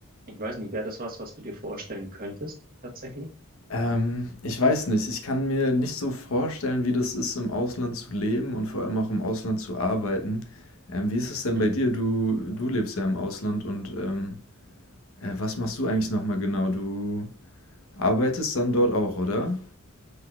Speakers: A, on the right; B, on the left.
A: ich weiß nicht, wäre das was, was du dir vorstellen könntest, tatsächlich?
B: Ähm, ich weiß nicht, ich kann mir nicht so vorstellen, wie das ist, im Ausland zu leben und vor allem auch im Ausland zu arbeiten. Ähm, wie ist es denn
A: Mhm.
B: bei dir? Du, du lebst ja im Ausland und ähm, äh, was machst du eigentlich nochmal genau? Du Arbeitest dann dort auch, oder?